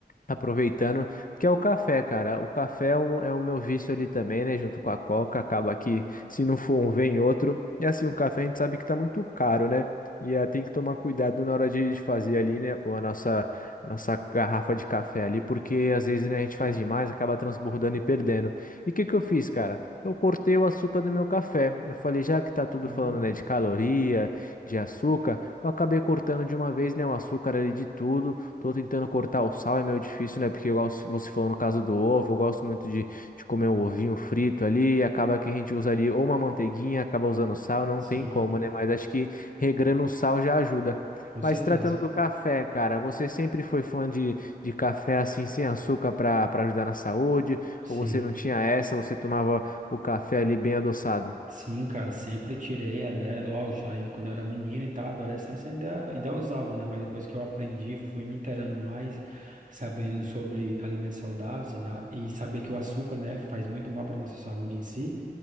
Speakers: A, on the left; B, on the right.
A: Aproveitando, que é o café, cara. O café é o, é o meu vício ali também, né? Junto com a Coca, acaba que se não for um, vem outro. E assim, o café a gente sabe que tá muito caro, né? E eh, tem que tomar cuidado na hora de de fazer ali, né? A nossa, a nossa garrafa de café ali, porque às vezes, né, a gente faz demais, acaba transbordando e perdendo. E o que que eu fiz, cara? Eu cortei o açúcar do meu café. Eu falei, já que tá tudo
B: Sim.
A: falando, né, de caloria, de açúcar, eu acabei cortando de uma vez, né, o açúcar ali de tudo. Tô tentando cortar o sal, é meio difícil, né? Porque, igual se- você falou no caso do ovo, eu gosto muito de, de comer um ovinho frito ali, e acaba que a gente usa ali ou uma manteiguinha, acaba usando sal, não
B: Sim,
A: tem como, né? Mas acho que regrando o sal já ajuda.
B: com
A: Mas
B: certeza.
A: tratando do café, cara, você sempre foi fã de, de café assim, sem açúcar para para ajudar na saúde?
B: Sim,
A: Ou você não tinha essa, você tomava o café ali bem adoçado?
B: sim, cara, sempre tirei, é, né? Lógico, aí quando eu era menino e tal, adolescência ainda, ainda usava, né? Mas depois que eu aprendi, fui me inteirando mais, sabendo sobre alimentos saudáveis e, na- e saber que o açúcar, né, faz muito mal para nossa saúde em si.